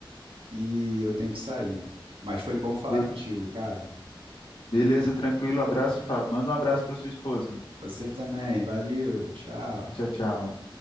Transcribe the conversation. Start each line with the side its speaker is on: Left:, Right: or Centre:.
Right: que eu tenho que sair. Mas foi bom falar
Left: Be-
Right: contigo, cara.
Left: beleza, tranquilo, abraço, Fábio. Manda um abraço para sua esposa.
Right: Você também, valeu, tchau.
Left: Tchau, tchau.